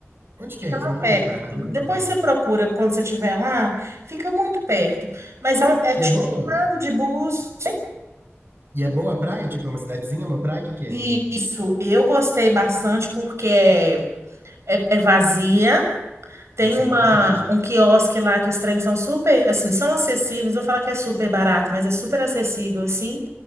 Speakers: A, on the right; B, on the right.
A: Onde que
B: Fica
A: é isso?
B: lá
A: Não
B: perto.
A: conheço, Mararrazo não
B: Depois
A: conheço, não.
B: você procura quando você estiver lá. Fica muito perto. Mas é, um- é tipo
A: E é boa?
B: um lado de Búzios.
A: E é boa a praia? Tipo, é uma cidadezinha, uma praia? O que que é?
B: Isso, eu gostei bastante porque é, é é vazia. Tem
A: Isso
B: uma,
A: é importante.
B: um quiosque lá que os trens são super, assim, são acessíveis. Vou falar que é super barato, mas é super acessível, assim.